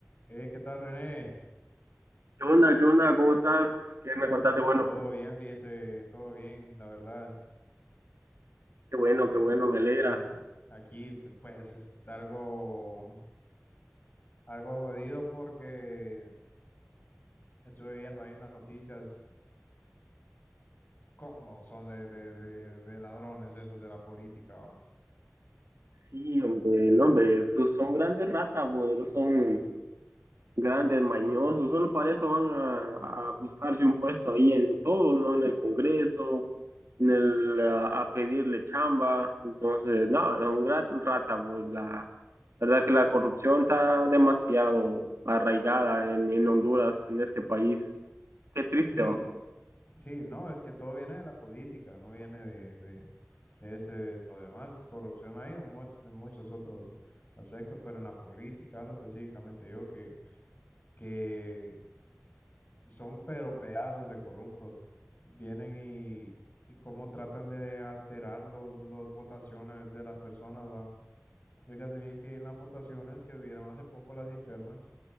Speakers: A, on the left; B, on the right.
A: Eh, ¿qué tal, René?
B: ¿Qué onda? ¿Qué onda? ¿Cómo estás? ¿Qué me contaste? Bueno,
A: Todo bien, fíjese, todo bien, la verdad.
B: qué bueno, qué bueno, me alegra.
A: Sí, aquí pues es algo, algo jodido porque estuve viendo ahí en las noticias cómo son de, de- de- de ladrones esos de la política, va.
B: Sí, hombre, no, hombre, esos son grandes ratas, güey, son grandes mañosos, solo para eso van a, a buscarse un puesto ahí en todo, ¿no? En el Congreso, en el, a, a pedirle chamba, entonces, no, es un gran rata, pues la verdad que la corrupción está demasiado arraigada en, en Honduras, en este país. Qué triste,
A: Sí,
B: va.
A: Sí, no, es que todo viene de la política, no viene de, de, de ese, de lo demás. Corrupción hay en muchos, de muchos otros aspectos, pero en la política hablo específicamente yo que, que son pero pedazos de corruptos. Vienen y, y cómo tratan de alterar los, los votaciones de las personas, va. Fíjese bien que en las votaciones que hubieron hace poco las internas,